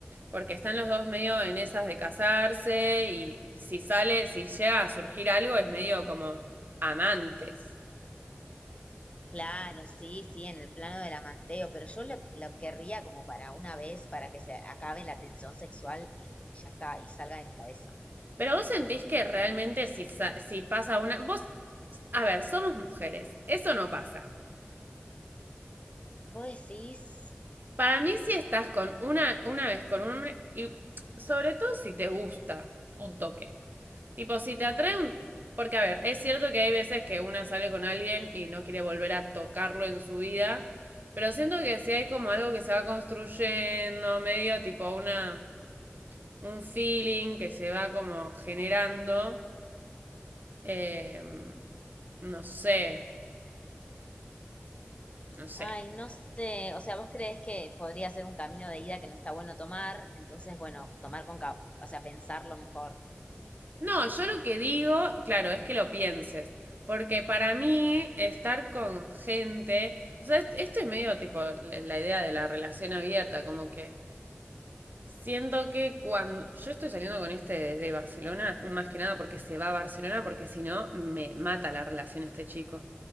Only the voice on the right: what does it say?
Porque están los dos medio en esas de casarse y si sale, si llega a surgir algo es medio como amantes.
Pero vos sentís que realmente si, si pasa una... Vos, a ver, somos mujeres, eso no pasa.
Para mí si estás con una, una vez con un hombre y sobre todo si te gusta un toque. Tipo, si te atrae un... Porque, a ver, es cierto que hay veces que una sale con alguien y no quiere volver a tocarlo en su vida, pero siento que si hay como algo que se va construyendo, medio tipo una... un feeling que se va como generando, eh, no sé, no sé.
No, yo lo que digo, claro, es que lo pienses. Porque para mí, estar con gente. O sea, esto es medio tipo la idea de la relación abierta, como que Siento que cuando yo estoy saliendo con este desde Barcelona, más que nada porque se va a Barcelona, porque si no me mata la relación este chico.